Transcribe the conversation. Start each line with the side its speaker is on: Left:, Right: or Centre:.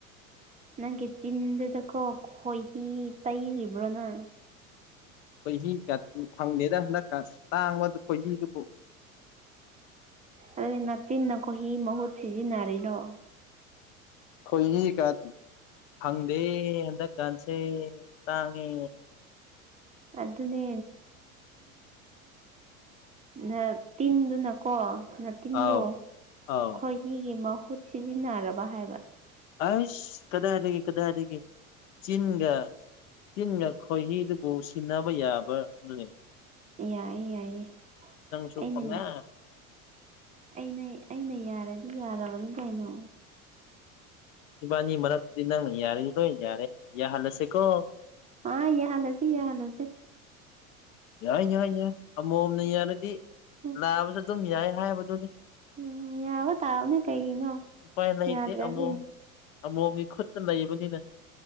Right: ꯅꯪ ꯀ ꯆꯤꯟꯤꯟ ꯇ ꯀꯣ ꯈꯣꯏꯍꯤ ꯇꯩꯔꯤꯕ꯭ꯔꯣꯅ
Left: ꯈꯣꯏꯍꯤꯒ ꯐꯪꯗꯦꯅ ꯍꯟꯗꯛ ꯇꯥꯡꯕ ꯈꯣꯏꯍꯤꯗꯨꯕꯨ
Right: ꯎ ꯑꯗꯨꯗꯤ ꯇꯤꯟꯅꯈꯣꯏ ꯍ ꯃꯍꯨꯠ ꯁꯤꯖꯤꯟꯅꯔꯤꯔꯣ
Left: ꯑꯩꯣꯏ ꯀꯥꯗ ꯍꯪꯗꯦ ꯑꯗ ꯀꯥꯟꯁꯦ ꯇꯥꯡꯉꯦ
Right: ꯑꯗꯨꯅꯦ ꯆ ꯇꯤꯟꯗꯨꯅꯀꯣ ꯇꯤꯟꯗꯣ
Left: ꯑꯥꯎ ꯑꯥꯎ
Right: ꯈꯣꯏꯍꯤꯒꯤ ꯃꯍꯨꯠ ꯁꯤꯖꯤꯟꯅꯔꯕ ꯍꯥꯏꯕ
Left: ꯑꯁ ꯀꯗꯥꯏꯗꯒꯤ ꯀꯗꯥꯏꯗꯒꯤ ꯆꯤꯟꯒ ꯆꯤꯟꯒ ꯈꯣꯏꯍꯤꯗꯨ ꯕ ꯁꯤꯟꯅꯥꯕꯩꯌꯥꯕ ꯅꯅꯦ
Right: ꯌꯥꯏꯌꯦ ꯌꯥꯏꯌꯦ
Left: ꯆꯄꯉ
Right: ꯑꯩꯅ ꯑꯩꯅ ꯑꯩꯅ ꯌꯥꯔꯗꯤ ꯌꯥꯔꯕꯅꯤ ꯀꯩꯅꯣ
Left: ꯏꯕꯥ ꯃꯔꯛ ꯅꯪ ꯌꯥꯔ ꯊꯣꯛ ꯌꯥꯔꯦ ꯌꯥꯍꯜꯂꯁꯦꯀꯣ
Right: ꯑꯥ ꯌꯥ ꯍꯂꯁꯤ ꯌꯥ ꯍꯂꯁꯦ
Left: ꯌꯥꯏ ꯌꯥꯏ ꯌꯥꯏ ꯑꯃꯣꯝꯅ ꯌꯥꯔꯗꯤ
Right: ꯎꯝ
Left: ꯂꯥꯛꯑꯕꯁꯨ ꯑꯗꯨꯝ ꯌꯥꯏ ꯍꯥꯏꯕꯗꯨꯅꯤ
Right: ꯎꯝ ꯌꯥꯕ ꯇꯥꯎꯅꯤ ꯀꯩꯒꯤꯅꯣ
Left: ꯎꯄꯥꯏ ꯂꯩꯇꯦ
Right: ꯌꯥꯗ꯭ꯔꯗꯤ
Left: ꯑꯃꯣꯝ ꯑꯃꯣꯝꯒꯤ ꯈꯨꯠꯇ ꯂꯩꯕꯅꯤꯅꯦ